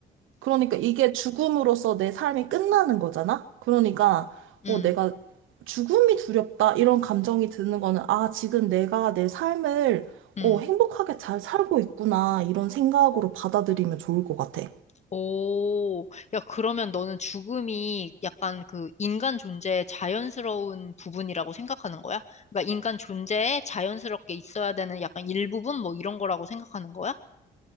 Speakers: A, on the right; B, on the left.
A: 그러니까 이게 죽음으로써 내 삶이 끝나는 거잖아? 그러니까,
B: 음,
A: 어, 내가 죽음이 두렵다, 이런 감정이 드는 거는, 아, 지금 내가 내 삶을
B: 음.
A: 어, 행복하게 잘 살고 있구나, 이런 생각으로 받아들이면 좋을 것 같아.
B: 오. 야, 그러면 너는 죽음이 약간 그 인간 존재의 자연스러운 부분이라고 생각하는 거야? 그러니까 인간 존재에 자연스럽게 있어야 되는 약간 일부분 뭐 이런 거라고 생각하는 거야?